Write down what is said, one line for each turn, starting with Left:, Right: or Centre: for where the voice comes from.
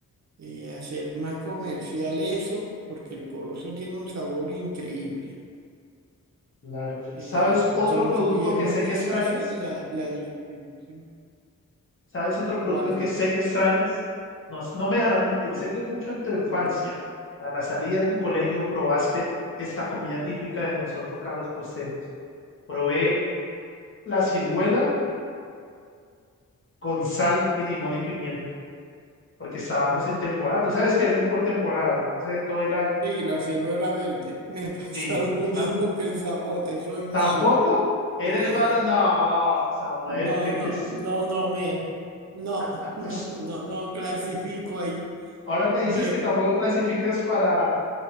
Right: eh, hacer más comercial eso, porque el corozo tiene un sabor increíble.
Left: claro.
Right: eh,
Left: ¿Sabes otro
Right: que no,
Left: producto
Right: sé- y es
Left: que
Right: más
Left: sé
Right: difícil
Left: que extrañas?
Right: la, la distribución.
Left: ¿Sabes otro producto
Right: ¿Cuál?
Left: que sé que extrañas? No, no me dejarás mentir, sé que mucho en tu infancia,
Right: ¿Cuál?
Left: a la salida de tu colegio, probaste esta comida típica de nosotros, Carlos Costeños. Probé la ciruela con sal y limón y pimienta, porque estábamos en temporada. Tú sabes que eso es por temporada, eso no se ve todo el año.
Right: Sí, la ciruela verde. Me pasa
Left: Sí.
Right: <laughs> lo mismo
Left: tan-
Right: que el zapote, soy malo.
Left: tampoco eres
Right: Nada.
Left: mala, no, Samuel,
Right: No,
Left: que
Right: no,
Left: te...
Right: no, no me. No,
Left: <laughs>
Right: no, no, no clasifico ahí.
Left: Ahora me dices
Right: Me,
Left: que tampoco clasificas para